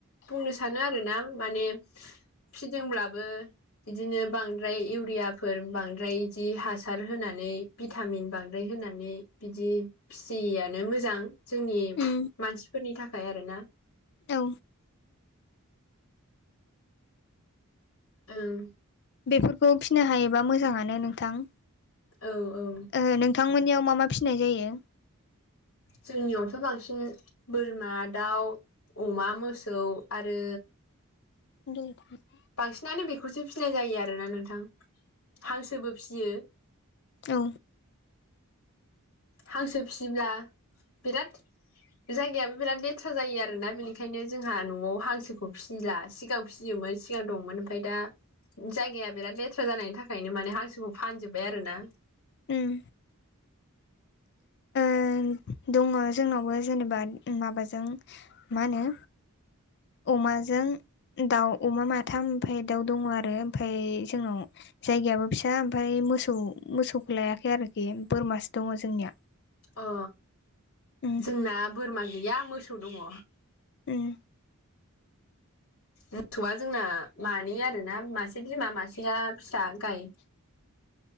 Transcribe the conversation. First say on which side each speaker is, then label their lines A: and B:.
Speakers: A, on the left (about 85°); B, on the left (about 50°).
A: बुंनो सानो आरोना माने फिदोंब्लाबो इदिनो बांद्राय इउरियाफोर बांद्राय इदि हासार होनानै भिटामिन बांद्राय होनानै बिदि फिसियियानो मोजां जोंनि
B: उम
A: मानसिफोरनि थाखाय आरोना।
B: औ।
A: ओं।
B: बेफोरखौ फिनो हायोबा मोजाङानो नोंथां।
A: औ औ।
B: ओ नोंथांमोननियाव मा मा फिनाय जायो?
A: जोंनियावथ' बांसिन बोरमा दाउ अमा मोसौ आरो
B: <unintelligible>
A: बांसिनानो बेखौसो फिनाय जायो आरोना नोंथां हांसोबो फियो
B: औ।
A: हांसो फिसिब्ला बिराद जायगायाबो बिराद लेथ्रा जायो आरोना बेनिखायनो जोंहा न'आव हांसोखौ फिसि ला सिगां फिसियोमोन सिगां दंमोन ओमफाय दा जायगाया बिराद लेथ्रा जानायनि थाखायनो माने हांसोखौ फानजोब्बाय आरो ना।
B: उम। ओम दङ जोंनावबो जेनेबा माबाजों मा होनो अमाजों दाउ अमा माथाम ओमफाय दाउ दङ आरो ओमफाय जोंनाव जायगायाबो फिसा ओमफ्राय मोसौ मोसौखौ लायाखै आरोखि बोरमासो दङ जोंनिया।
A: अ
B: उम
A: जोंना बोरमा गैया मोसौ दङ।
B: उम।
A: मोसौआ जोंना मानै आरोना मासे बिमा मासेया फिसा गाय